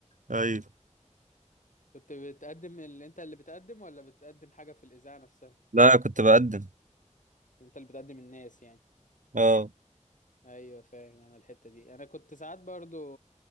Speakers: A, on the right (about 85°); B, on the left (about 85°).
A: ايوه
B: كنت بتقدم اللي انت اللي بتقدم ولا بتقدم حاجه في الاذاعه نفسها
A: لا كنت بقدم
B: انت اللي بتقدم الناس يعني
A: اه
B: ايوه فاهم انا الحته دي انا كنت ساعات برضو